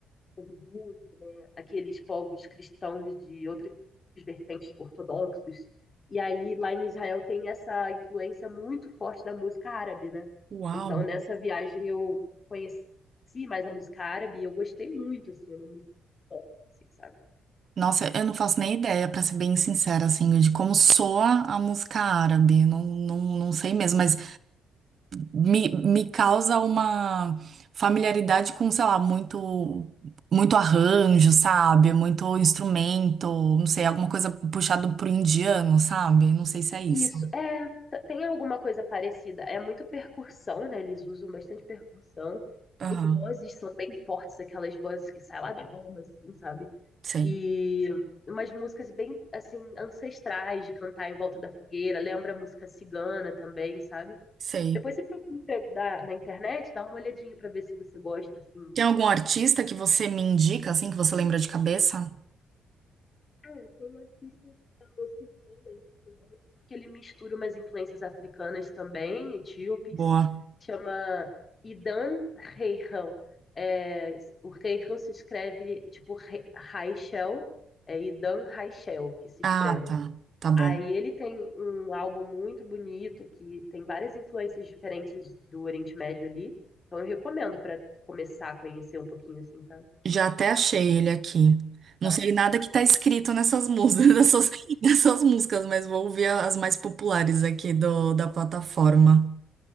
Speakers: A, on the left (about 35°); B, on the right (about 55°).
A: povo druso, né? Aqueles povos cristãos de outras vertentes ortodoxos. E aí lá em Israel tem essa influência muito forte da música árabe, né?
B: Uau!
A: Então nessa viagem eu conheci mais a música árabe e eu gostei muito, assim, é uma música muito forte, assim, sabe?
B: Nossa, eu não faço nem ideia, pra ser bem sincera, assim, de como soa a música árabe. Não, não, não sei mesmo, mas me, me causa uma familiaridade com, sei lá, muito, muito arranjo, sabe? Muito instrumento, não sei, alguma coisa puxado pro indiano, sabe? Não sei se é isso.
A: Isso, é, t- tem alguma coisa parecida. É muito percussão, né? Eles usam bastante percussão.
B: Aham.
A: As vozes são bem fortes, aquelas vozes que saem lá da alma, assim, sabe?
B: Sei,
A: E umas músicas bem, assim, ancestrais de cantar em volta da fogueira. Lembra a música cigana também, sabe?
B: sei.
A: Depois você procura da- na internet, dá uma olhadinha pra ver se você gosta, assim. um
B: Tem
A: pouco.
B: algum artista que você me indica, assim, que você lembra de cabeça?
A: É, tem um artista da música israelense que eu gosto, porque ele mistura umas influências africanas também, etíopes.
B: Boa.
A: Chama Idan Reichel. É, o Reichel se escreve, tipo, Re- Raichel. É Idan Raichel que se escreve.
B: Ah, tá. Tá bom.
A: Aí ele tem um álbum muito bonito que tem várias influências diferentes do Oriente Médio ali. Então eu recomendo para começar a conhecer um pouquinho assim, sabe? <laughs>
B: Já até achei ele aqui.
A: Tá.
B: Não sei nada que tá escrito nessas músicas, <laughs> nessas, nessas músicas, mas vou ouvir as mais populares aqui do, da plataforma.